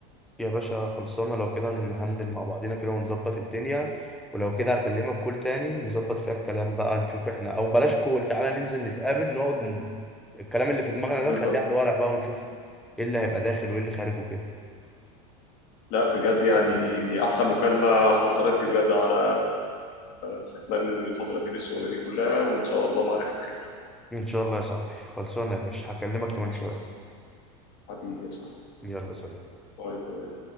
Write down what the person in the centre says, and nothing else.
يا باشا خلصانة لو كده نهندل مع بعضينا كده ونظبط الدنيا ولو كده هكلمك كول تاني نظبط فيها الكلام بقى نشوف احنا او بلاش كول تعالى ننزل نتقابل نقعد ن... الكلام اللي في دماغنا ده
نخليه على الورق بقى ونشوف ايه اللي هيبقى داخل وايه اللي خارج وكده
ان شاء الله يا صاحبي خلصانة يا باشا هكلمك كمان
شوية
يلا سلام